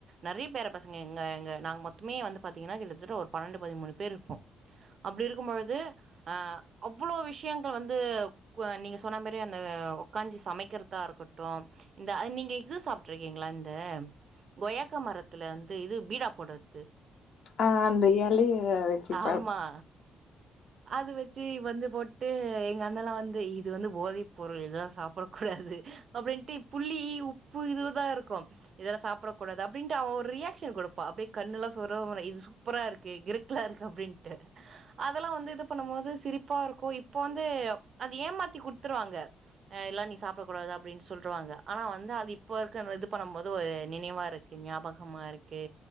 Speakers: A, on the right (about 50°); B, on the left (about 70°).
A: நெறைய பேர பசங்க எங்க நாங்க மொத்தமே வந்து பாத்தீங்கன்னா கிட்டத்தட்ட ஒரு பன்னெண்டு பதிமூணு பேர் இருப்போ அப்டி இருக்கும் பொழுது அ அவ்ளோ விஷயங்கள் வந்து நீங்க சொன்ன மாரி அந்த உக்காஞ்சு சமைக்கிறதா இருக்கட்டு இந்த அது நீங்க இது சாப்ட்ருக்கீங்களா இந்த கொய்யாக்க மரத் த்துல வந்து இது பீடா போடறது
B: ஆ அந்த எலைய வச்சுப்பா
A: ஆமா அது வச்சு வந்து போட்டு எங்க அண்ணெல்லா வந்து இது வந்து போதை பொருள் இதெல்லா சாப்பட கூடாது அப்டின்ட்டு புளி உப்பு இதுதா இருக்கு இதெல்லா சாப்படக் கூடாது அப்டின்ட்டு அவ ஒரு ரியாக்ஷன் குடுப்பா அப்படியே கண்ணெல்லா சொறுவனு இது சூப்பரா இருக்கு கிருக்கலாருக்கு அப்டின்ட்டு அதெல்லா வந்து இது பண்ணும் போது சிரிப்பா இருக்கு இப்போ வந்து அது ஏமாத்தி குடுத்துருவாங்க ஆ எல்லா நீ சாப்படக் கூடாது அப்டின் சொல்ருவாங்க ஆனா வந்து அது இப் இப்போ இருக்க இது பண்ணும் போது ஒரு நினைவா இருக்கு ஞாபகமா இருக்கு